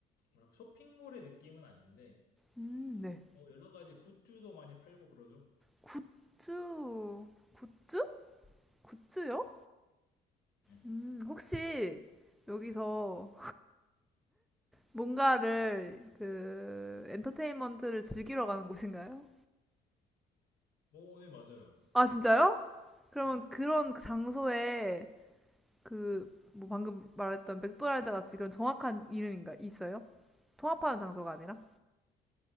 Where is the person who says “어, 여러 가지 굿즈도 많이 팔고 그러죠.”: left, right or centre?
Left